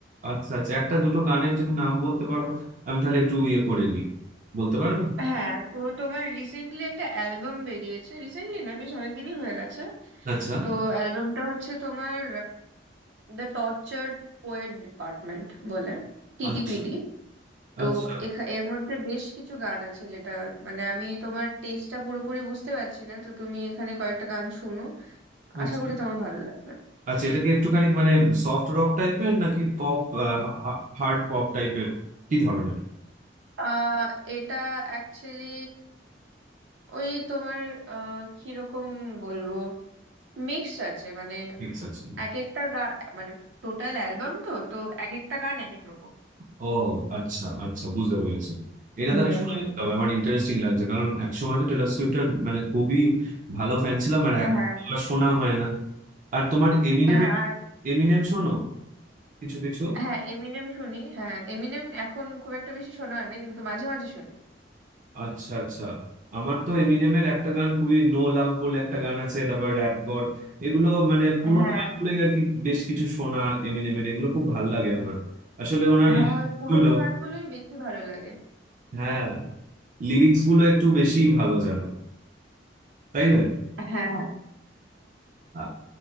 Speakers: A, on the right; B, on the right.
A: আচ্ছা আচ্ছা একটা দুটো গানের যদি নাম বলতে পারো আমি তাহলে একটু ইয়ে করে নিই বলতে পারবে
B: হ্যাঁ তো তোমার রিসেন্টলি একটা অ্যালবাম বেরিয়েছে রিসেন্টলি না বেশ অনেকদিনই হয়ে গেছে
A: আচ্ছা
B: তো অ্যালবামটা হচ্ছে তোমার দ্য টর্চার্ড পোয়েট ডিপার্টমেন্ট বলে টিটিপিডি
A: আচ্ছা
B: তো
A: আচ্ছা
B: এখা- এর মধ্যে বেশ কিছু গান আছে যেটা মানে আমি তোমার টেস্টটা পুরোপুরি বুঝতে পারছি না তো তুমি এখানে কয়েকটা গান শুনো
A: আচ্ছা
B: আশা করি তোমার ভালো লাগবে
A: আচ্ছা এটা কি একটুখানি মানে সফট রক টাইপের নাকি পপ হার্ড পপ টাইপের কি ধরনের
B: আহ এটা অ্যাকচুয়ালি ওই তোমার আহ কিরকম বলবো মিক্সড আছে মানে
A: মিক্স আছে
B: এক একটা গান মানে টোটাল অ্যালবাম তো তো এক একটা গান এক এক রকম
A: ও আচ্ছা আচ্ছা বুঝতে পেরেছি এটা
B: হুম
A: তাহলে শুনে
B: হুম
A: দেখতে হবে আমার ইন্টারেস্টিং লাগছে কারণ একসময় তো টেলর সুইফটের মানে খুবই ভালো ফ্যান ছিলাম আর
B: হ্যাঁ
A: এক শোনা হয় না আর তোমার এমিনেমের
B: হ্যাঁ আর
A: এমিনেম শোনো কিছু কিছু
B: হ্যাঁ এমিনেম শুনি হ্যাঁ এমিনেম এখন খুব একটা বেশি শোনা হয় না কিন্তু মাঝে মাঝে শুনি
A: আচ্ছা আচ্ছা আমার তো এমিনেমের একটা গান খুবই নো লাভ বলে একটা গান আছে তারপর র্যাপ গড এগুলো মানে পুরোনো
B: হ্যাঁ
A: গানগুলোই আর কি বেশ কিছু শোনা এমিনেমের এগুলো খুব ভাল লাগে আমার আসলে ওনার
B: হ্যাঁ
A: lyrics
B: ওই পুরোনো
A: গুলো
B: গানগুলোই বেশি ভালো লাগে
A: হ্যাঁ লিরিক্স গুলো একটু বেশি ভালো জানো তাই না
B: হ্যাঁ
A: আ-